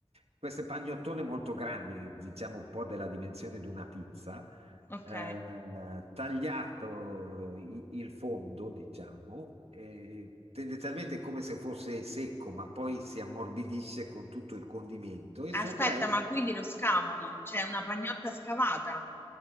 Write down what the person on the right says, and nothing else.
queste pagnottone molto grandi, diciamo un po' della dimensione di una pizza,
eh, tagliato eh, i- il fondo, diciamo, e tendenzialmente è come se fosse secco, ma poi si ammorbidisce con tutto il condimento e sopra
è